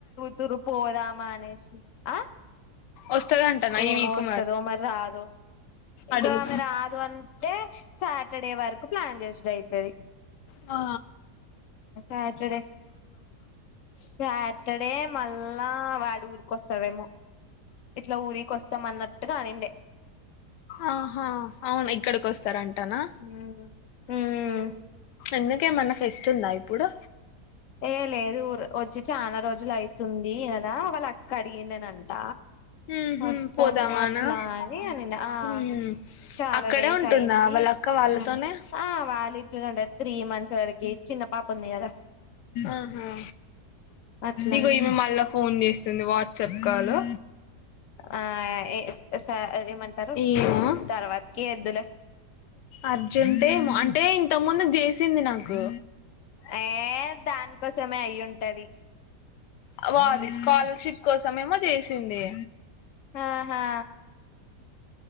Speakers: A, on the left; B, on the left.
A: తురు పోదామా అనేసి ఆ
B: వస్తదంటనా
A: ఏమో
B: ఈ వీక్
A: వస్తదో మరి రాదో ఇగ
B: అడుగు
A: ఆమె రాదు అన్ టే సాటడే వరకు ప్లాన్ చేసుడు అయితది
B: ఆ
A: సాటడే సాటడే మళ్ళా వాడు ఊరికొస్తాడేమో ఇట్లా ఊరికొస్తాం అన్నట్టుగా అనిండే
B: ఆహా అవునా ఇక్కడికొస్తారంటనా
A: మ్మ్ మ్మ్
B: ఎందుకు ఏమన్నా ఫెస్ట్ ఉందా ఇప్పుడు
A: ఏ లేదు ఊరు వచ్చి చానా రోజులు ఐతుంది కదా వాళ్ళు అక్క అడిగిందనంట
B: ఉహు
A: వస్తాము
B: పోదామానా
A: అట్లా అని అనిండె ఆ
B: ఉమ్
A: చాలా
B: అక్కడే
A: డేస్
B: ఉంటుందా
A: అయ్యింది
B: వాళ్ళ అక్క వాళ్ళతోనే
A: ఔను ఆ వాళ్ళింట్లనే ఉండే త్రీ మంత్స్ వరకి చిన్న పాప ఉంది కదా
B: ఆహా
A: అట్లా
B: ఇగో ఈమె మల్లా ఫోన్ చేస్ సుంది వాట్సాప్ కాలో
A: ఆ ఏ స్ ఏమంటారు
B: ఏమో
A: తర్వాతకి ఏద్దూలే
B: అర్జెంట్ ఏమో అంటే ఇంతకు ముందు చేసింది నాకు
A: ఏ దానికోసమే అయ్యుంటాది
B: వాది స్కాలర్షిప్ కోసమేమో చేసింది
A: ఆహా